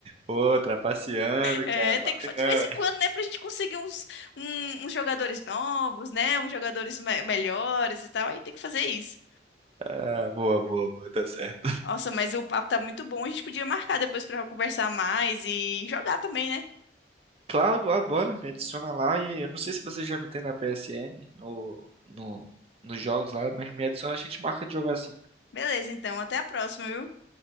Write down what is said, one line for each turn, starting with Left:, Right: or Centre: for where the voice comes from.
Right: Pô, trapaceando,
Left: É,
Right: cara.
Left: tem
Right: Vale
Left: que, fa- de
Right: não.
Left: vez em
Right: hein?
Left: quando, né, pra gente conseguir uns, um- uns jogadores novos, né, uns jogadores me- melhores e tal. Aí tem que fazer isso.
Right: Ah, boa, boa, boa, tá certo.
Left: Nossa, mas o papo tá muito bom. A gente podia marcar depois pra conversar mais e jogar também, né?
Right: Claro, claro, bora, me adiciona lá e eu não sei se você já me tem na PSN ou no, nos jogos lá, mas me adiciona, a gente marca de jogar assim.
Left: Beleza, então, até a próxima, viu?